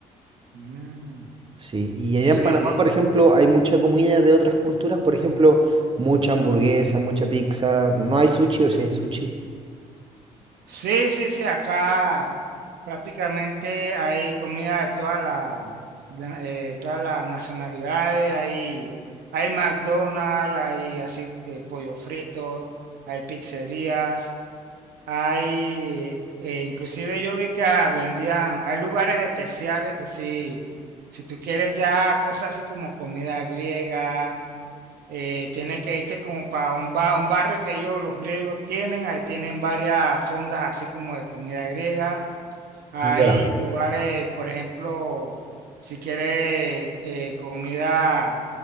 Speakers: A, on the right; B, on the right.
A: Mm.
B: Sí, y allá
A: Sí,
B: en Panamá, por ejemplo, hay mucha comida de otras culturas, por ejemplo, mucha hamburguesa, mucha pizza. No hay sushi, o sea, hay sushi.
A: sí, sí, sí, acá prácticamente hay comida de todas las de, eh, todas las nacionalidades, hay, hay McDonald's, hay así eh, pollo frito, hay pizzerías. Hay, eh, inclusive yo vi que ah, vendían, hay lugares especiales que sí, si tú quieres ya cosas así como comida griega, eh, tienes que irte como para un, ba- un barrio que ellos, los griegos tienen, ahí tienen varias fondas así como de comida griega. Hay
B: Ya.
A: lugares, por ejemplo, si quieres eh, comida